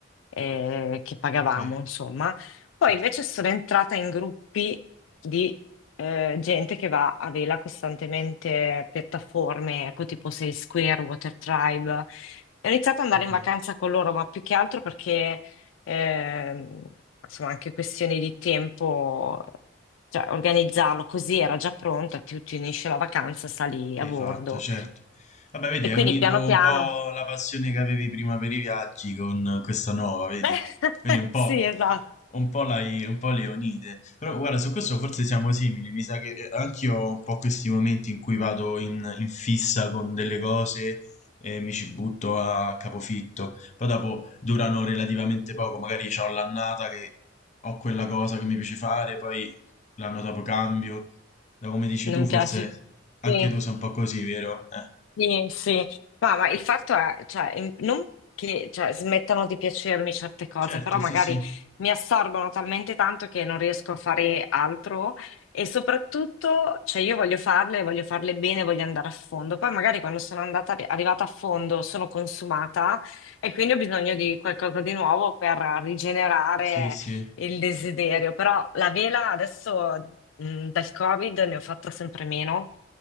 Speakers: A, on the left (about 80°); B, on the left (about 40°).
A: eh, che pagavamo,
B: Okay,
A: insomma. Poi
B: certo.
A: invece sono entrata in gruppi di eh, gente che va a vela costantemente, piattaforme, ecco tipo Sail Square, Water Tribe. Ho iniziato ad andare
B: Okay.
A: in vacanza con loro, ma più che altro perché, ehm, insomma, anche questioni di tempo, cioè organizzarlo così era già pronta, ti, ti unisci alla vacanza, sali
B: Hai
A: a bordo.
B: fatto, certo. Vabbè, vedi,
A: E
B: hai
A: quindi
B: unito
A: piano piano...
B: un po' la passione che avevi prima per i viaggi con questa nuova, vedi?
A: <laughs>
B: Quindi un po',
A: Sì, esatto.
B: un po', l'hai- un po' le unite. Però guarda, su questo forse siamo simili. Mi sa che eh, anch'io ho un po' questi momenti in cui vado in, in fissa con delle cose e mi ci butto a capofitto. Poi dopo durano relativamente poco, magari ho l'annata che ho quella cosa che mi piace fare, poi l'anno dopo cambio. Da come dici
A: Non
B: tu, forse
A: piace.
B: anche
A: Sì.
B: tu sei un po' così, vero? Eh,
A: Sì, sì. Ma, ma il fatto è, cioè, in- non che cioè, smettano di piacermi certe cose,
B: certo,
A: però magari
B: sì, sì.
A: mi assorbono talmente tanto che non riesco a fare altro e soprattutto, cioè, io voglio farle, voglio farle bene, voglio andare a fondo. Poi magari quando sono andata, arrivata a fondo sono consumata e quindi ho bisogno di qualcosa di nuovo per rigenerare
B: Sì, sì.
A: il desiderio. Però la vela adesso, mh, dal Covid ne ho fatta sempre meno